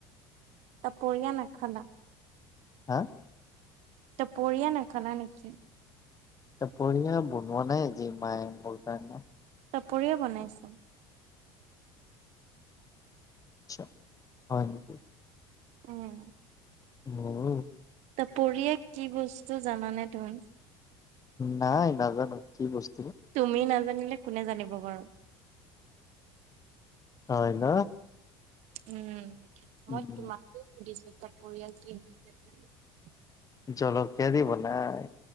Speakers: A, on the right; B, on the left.
A: তা পৰিয়া নখালা
B: হা
A: এ ত পৰিয়া নাখালা নেকি?
B: দুপৰিয়া বনোৱা নাই আজি মায়ে মোৰ কাৰণে
A: চাপৰিয়ে বনাইছ
B: আচ্ছা হয় নেকি?
A: উম
B: মোৰো
A: ত পৰিয়াক কি বস্তু জানানে তুমি?
B: নাই নাজানো কি বস্তু?
A: তুমি নাজানিলে কোনে জানিব বাৰু
B: হয় ন?
A: উম মই
B: উম
A: তোমাকে সুধিছো পৰিয়াল কিন।
B: জলকীয়া দিব নাই।